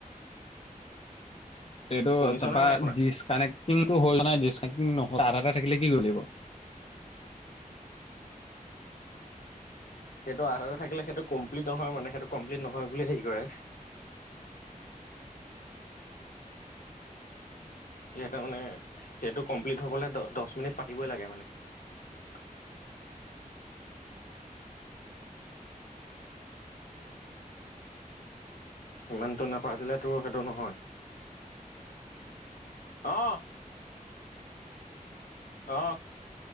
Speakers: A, on the left (about 45°); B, on the left (about 75°).
A: এইটো
B: শুনিছ
A: তাৰপৰা
B: নে নাই শুনা
A: ডিচকানেক্টিংটো হ'ল নে নাই ডিচকানেক্টিং নহ'লে আধাটে থাকিলে কি কৰিব লাগিব?
B: সেইটো আধাতে থাকিলে সেইটো কমপ্লিট নহয় মানে সেইটো কমপ্লিট নহয় বুলি হেৰি কৰে। সিহঁতে মানে সেইটো কমপ্লিট হ'বলৈ দ দশ মিনিট পাতিবই লাগে মানে। <unintelligible> ইমানটো নাপাতিলে তোৰ সেইটো নহয়। অ'। অ'।